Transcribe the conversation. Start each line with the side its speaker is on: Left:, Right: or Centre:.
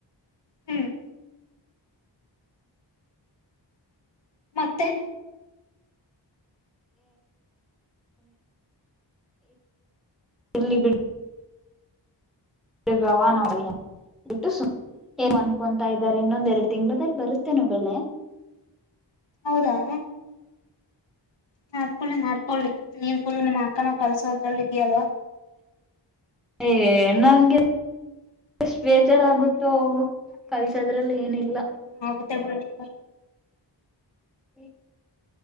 Left: ಹ್ಮ್. ಮತ್ತೆ.
Centre: ಇಲ್ಲಿ ಬಿ. ಭವ ನ ಇಟ್ಟು ಸು ಅನ್ಕೊತಾ ಇದ್ದಾರೆ ಇನ್ನೊಂದ ಎರಡು ತಿಂಗಳದಲ್ಲಿ ಬರುತ್ತೇನೋ ಬೆಳೆ.
Left: ಹೌದಾ. ಮಾಡ್ಕೊಳ್ಳಿ ಮಾಡ್ಕೊೊಳ್ಳಿ ನಿ್ ಫುಲ್ ನಿಮ್ಮ್ ಅಕ್ಕನ ಕಲ್ಸೋದ್ರಲ್ಲಿ ಇದ್ಯಲ್ವಾ.
Centre: ಏ ನಂಗೆ ಎಷ್ಟ ಬೇಜಾರಾಗುತ್ತೋ ಕಲ್ಸದ್ರಲ್ಲಿ ಏನಿಲ್ಲ.
Left: ಹ ಆಗುತ್ತ ಬಿಷ.
Centre: ಹ್ಮ.